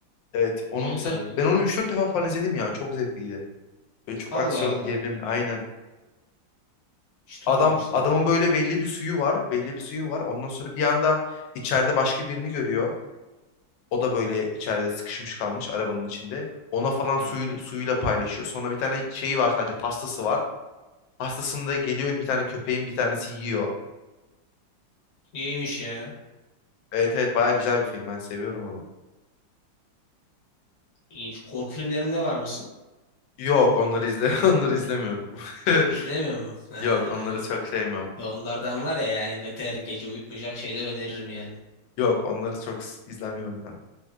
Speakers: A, on the left; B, on the left.
A: Evet onun
B: O da olabilir.
A: mesela ben onu üç dört defa falan izledim ya. Çok zevkliydi. Böyle çok
B: Allah
A: aksiyon
B: Allah.
A: gerilimli aynen.
B: Hiç
A: Adam
B: duymamıştım.
A: adamın böyle belli bir suyu var, belli bir suyu var. Ondan sonra bir anda içeride başka birini görüyor. O da böyle içeride sıkışmış kalmış arabanın içinde. Ona falan suyu,
B: Hı.
A: suyuyla paylaşıyor. Sonra bir tane şeyi var sadece pastası var. Pastasında da geliyor bir tane köpeğin bir tanesi yiyor.
B: İyiymiş ya.
A: Evet evet baya
B: Değişik,
A: güzel bir film ben seviyorum onu.
B: ilginç. Korku filmlerinde var mısın?
A: Yok onları izle <laughs> onları izlemiyorum. <laughs>
B: İzlemiyor musun? Ha,
A: Yok onları
B: evet.
A: çok sevmiyorum.
B: Ya onlardan var ya yani beter gece uyutmayacak şeyler öneririm yani.
A: Yok onları çok s- izlemiyorum ben.